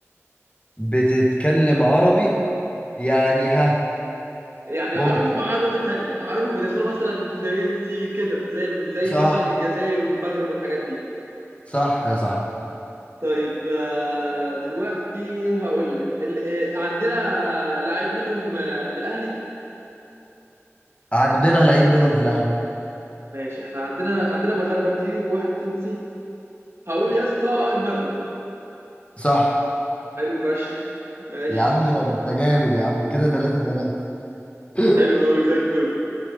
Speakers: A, on the left (about 25°); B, on the right (about 60°).
A: بتتكلم عربي يعني ها
B: يعني
A: ممكن
B: عربي ومعاه لغة تانية عربي وبيدخلوا مثلا فرنسي كده زي زي
A: صح
B: مثلا الجزائر والمغرب والحاجات دي
A: صح يا صاحبي
B: طيب آه، دلوقتي هقول لك ال- آه، عندنا لعيب منهم آه، في الأهلي
A: عندنا لعيب منهم في الاهلي
B: ماشي احنا عندنا عندنا مغاربة كتير وواحد تونسي هقول يا اسطى المغرب
A: صح
B: حلو فشخ ماشي
A: يا عم ده انت جامد يا عم كده ثلاثة ثلاثة
B: حلو
A: <laughs>
B: قوي زي الفل